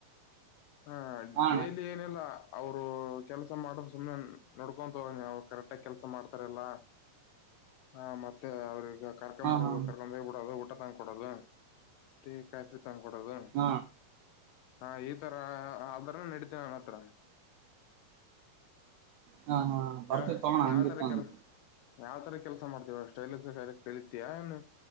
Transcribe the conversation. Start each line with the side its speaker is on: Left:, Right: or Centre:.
Left: ಹ
Right: ಹಾ ಅಣ್ಣ
Left: ಡೈಲಿ ಏನೆಲ್ಲ ಅವರು ಕೆಲ್ಸ ಮಾಡ್ರ ಸುಮ್ನೆ ನೋಡ್ಕೊಂತ ಹೋಗಿ ಅವರು ಕರೆಕ್ಟಗ ಕೆಲ್ಸ ಮಾಡ್ತಾರ ಎಲ್ಲ ಹಾ ಮತ್ತೆ ಅವ್ರ ಈಗ ಕರ್ಕೊಂಡ್
Right: ಹಾ
Left: ಬರೋದು
Right: ಹಾ
Left: ಕರ್ಕೊಂಡ್ ಹೋಗ್ಬ ಬಿಡೋದು ಊಟ ತಂದ್ ಕೊಡೋದು ಟೀ ಕಾಫಿ ತಂದ್ ಕೊಡೋದು
Right: ಹ
Left: ಹ ಈತರ ಆದ ಅವನ ಹತ್ರ
Right: ಹಾ ಹಾ ಬರ್ತೇತ್
Left: ಯಾವ
Right: ತಗೋಣ ಹಂಗಿತ್ತ
Left: ಯಾವ ತರ
Right: ಅಂದ
Left: ಕೆಲಸ ಯಾವ್ ತರ ಕೆಲಸ ಮಾಡ್ತೀಯಾ ಸ್ಟೈಲಿಶ್ ಕಲಿತಿಯಾ ಏನು